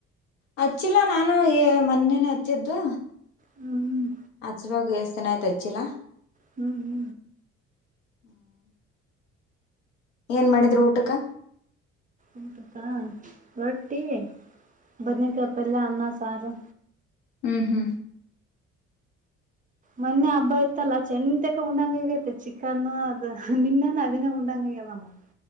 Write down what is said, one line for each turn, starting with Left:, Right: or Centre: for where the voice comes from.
Left: ಹಚ್ಚಿಲ್ಲ ನಾನು ಏನು ಮೊನ್ನೇನೆ ಹಚ್ಚಿದ್ದು
Right: ಹ್ಮ್
Left: ಹಚ್ಚಬೇಕು ಎಸ ಏನ ಆಯ್ತಾ ಹಚ್ಚಿಲ್ಲ
Right: ಹು ಹು
Left: <inaudible> ಏನ್ ಮಾಡಿದ್ರು ಊಟಕ್ಕೆ
Right: ಊಟ ರೊಟ್ಟಿ ಬದ್ನೇಕಾಯಿ ಪಲ್ಯ ಅನ್ನ ಸಾರು
Left: ಹು ಹು
Right: ಮೊನ್ನೆ ಹಬ್ಬ ಇತ್ತಲ್ಲ ಚೆಂತಕ ಉಂಡಂಗ ಆಗಯಿತಿ ಚಿಕನ ಅದು ನಿನ್ನೆನು ಅದಿನೆ ಉಂಡಂಗ ಆಗ್ಯದ ನಮಗ